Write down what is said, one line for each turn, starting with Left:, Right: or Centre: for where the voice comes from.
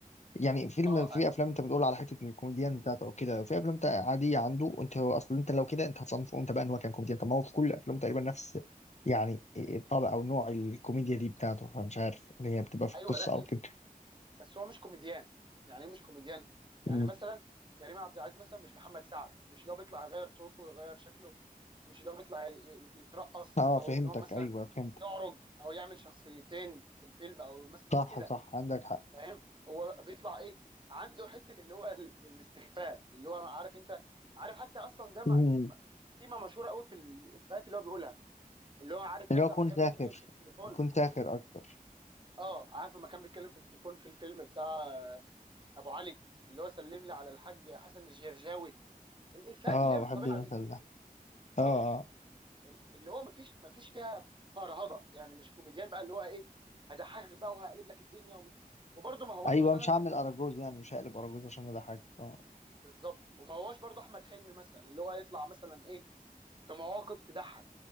Left: يعني فيلم
Right: اه
Left: في
Right: آه،
Left: افلام انت بتقول على حته الكوميديان بتاعته او كده في افلام انت عاديه عنده انت هو اصلا انت لو كده انت هتصنفه انت بقى ان هو كان كوميديان طب ما هو في كل افلامه تقريبا نفس يعني الطابع او نوع الكوميديا دي بتاعته فمش عارف اللي هي بتبقى في
Right: ايوه
Left: القصه
Right: لا لا،
Left: او كده
Right: بس هو مش كوميديان يعني ايه مش كوميديان يعني
Left: مم.
Right: مثلا كريم عبد العزيز مثلا مش محمد سعد مش اللي هو بيطلع يغير صوته ويغير شكله مش اللي هو بيطلع ي- ي- يترقص
Left: اه
Right: او
Left: فهمتك
Right: ان هو مثلا
Left: ايوه فهمت
Right: يعرج او يعمل شخصيتين في الفيلم او مثلا
Left: صح
Right: كده
Left: صح عندك حق
Right: فاهم هو بيطلع ايه عنده حته اللي هو ال- الاستخفاف اللي هو عارف انت عارف حتى اصلا ده م-
Left: مم.
Right: م- تيمه مشهوره قوي في الافيهات اللي هو بيقولها اللي هو عارف
Left: اللي
Right: مثلا
Left: هو كنت
Right: لما كان
Left: ساخر
Right: بيتكلم في التليفون
Left: كنت ساخر اكتر
Right: اه عارف لما كان بيتكلم في التليفون في الفيلم بتاع آه، ابو علي اللي هو سلم لي على الحاج حسن الجرجاوي الافيهات
Left: اه
Right: اللي هي بالطبيعه
Left: بحب المثل
Right: دي
Left: ده اه
Right: اه
Left: اه
Right: ال- اللي هو مفيش مفيش فيها فرهضه يعني مش كوميديان بقى اللي هو ايه هضحكك بقى وهقلب لك الدنيا ومش وبرضه ما هوش
Left: ايوه
Right: مثلا
Left: مش هعمل اراجوز يعني مش هقلب اراجوز عشان ده حاجه اه
Right: بالظبط وما هواش برضه احمد حلمي مثلا اللي هو يطلع مثلا ايه في مواقف تضحك